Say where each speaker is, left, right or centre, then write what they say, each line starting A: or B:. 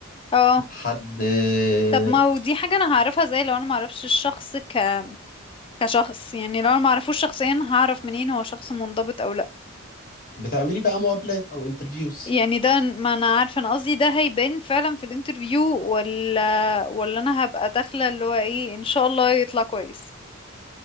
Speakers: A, on the left (about 25°); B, on the left (about 45°).
A: اه
B: حد آه،
A: طب ما هو دي حاجة انا هعرفها ازاي لو انا ما اعرفش الشخص ك كشخص يعني لو انا معرفوش شخصيا هعرف منين هو شخص منضبط او لا
B: بتعملي بقى مقابلات او انترفيوز
A: يعني ده ما انا عارفه انا قصدي ده هيبان فعلا في الانترفيو ولا ولا انا هبقى داخله اللي هو ايه ان شاء الله يطلع كويس